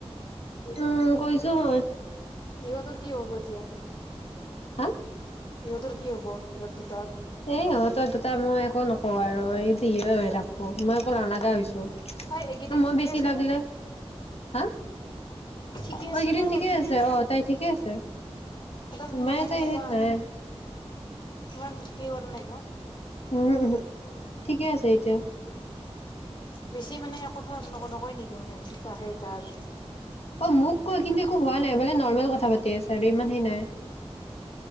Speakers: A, on the left; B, on the left.
A: উম, কৰিছো মই।
B: ইহঁতৰ কি হ'ব এতিয়া?
A: হা
B: ইহঁতৰ কি হব ইহঁত দুটাৰ?
A: এ ইহঁতৰ দুটা মই একো নকওঁ আৰু এই যি হয় হৈ থাকব, মই একো নালাগা হৈছো।
B: তাই এইকেইদিন
A: মই
B: ঠিকে
A: বেছি
B: আছে
A: লাগিলে,
B: নে
A: হা,
B: ঠিকে
A: অ
B: আছে
A: একেইদিন
B: নে
A: ঠিকেই
B: এইকেইদিন
A: আছে, অ তাই ঠিকে আছে,
B: একদম সেনে
A: মই তাই
B: সেনেকুৱা
A: সেই নাই
B: <unintelligible> ইমান ধৰিব পৰা নাই ন
A: ওহোঁ-ওহোঁ, ঠিকে আছে এতিয়া।
B: বেছি মানে কথা নকয় নেকি? মানে সেই তাই
A: অ মোক কয় কিন্তু একো হোৱা নাই মানে নৰ্মেল কথা পাতি আছে, ইমানদিনে